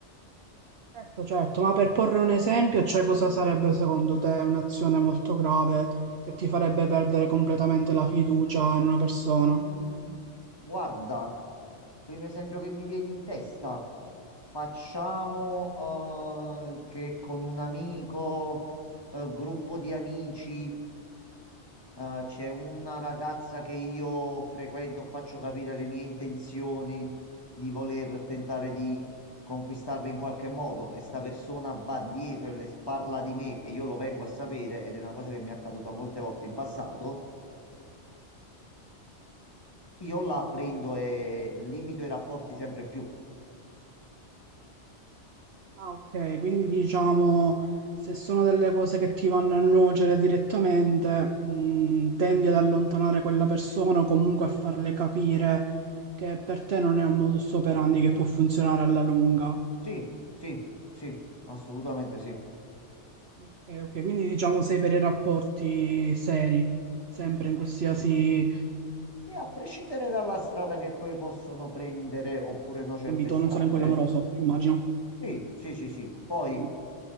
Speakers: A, on the right; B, on the left.
A: certo, certo, ma per porre un esempio, cioè cosa sarebbe secondo te un'azione molto grave che ti farebbe perdere completamente la fiducia in una persona?
B: Mm, Guarda, Primo esempio che mi viene in testa, facciamo eh, che con un amico, eh, gruppo di amici, eh, c'è una ragazza che io frequento, faccio capire le mie intenzioni di voler tentare di conquistarle in qualche modo e sta persona va dietro e le sparla di me e io lo vengo a sapere ed è una cosa che mi è accaduta molte volte in passato, io la prendo e limito i rapporti sempre più.
A: Ah, ok, quindi diciamo se sono delle cose che ti vanno a nuocere direttamente, mh, tendi ad allontanare quella persona o comunque a farle capire che per te non è un modus operandi che può funzionare alla lunga.
B: Sì, sì, sì, assolutamente sì.
A: Ok, ok, quindi diciamo sei per i rapporti seri, sempre in qualsiasi
B: Sì, a prescindere dalla strada che poi possono prendere oppure no certe
A: ambito,
B: strade.
A: non solo in quello amoroso, immagino.
B: Sì, sì, sì, sì. Poi
A: Mm.